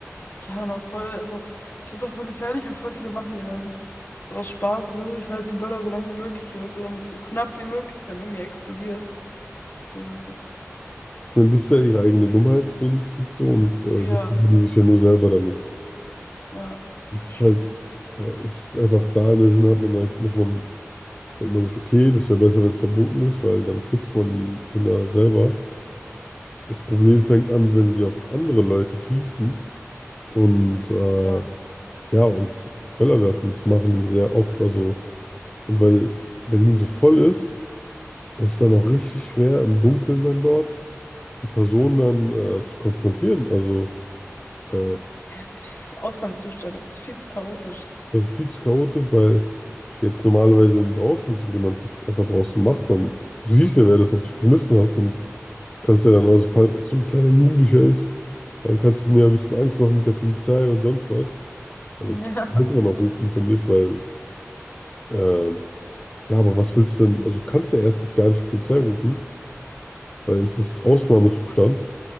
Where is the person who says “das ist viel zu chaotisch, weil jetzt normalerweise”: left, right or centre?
Left